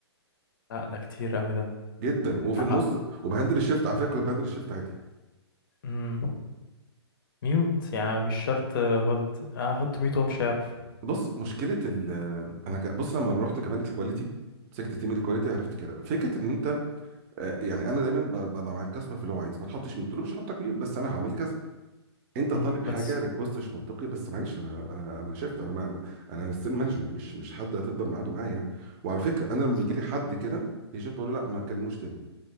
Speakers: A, on the left; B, on the right.
A: لا ده كتير أوي ده
B: جدا وفي
A: أنا
B: النص وبهندل الشيفت على فكرة كنت بهندل الشيفت عادي
A: مم. ميوت يعني مش شرط هولد أحط ميوت وهو مش هيعرف
B: بص مشكلة ال انا ك- بص لما رحت كمان الكواليتي مسكت تيم الكواليتي عرفت كده فكره ان انت آه، يعني انا دايما ب- ببقى مع الكاستمر في اللي هو عايز ما تحطش ميوت قلت له مش هحطك ميوت بس انا هعمل كذا انت
A: مم،
B: طالب حاجه
A: بس
B: ريكوست مش منطقي بس معلش انا انا انا شفت انا ما ما- انا السيل مانجمنت مش مش حد هتفضل معاده معايا يعني وعلى فكره انا
A: بالظبط.
B: لما بيجي لي حد كده ايجنت بقول له لا ما تكلموش تاني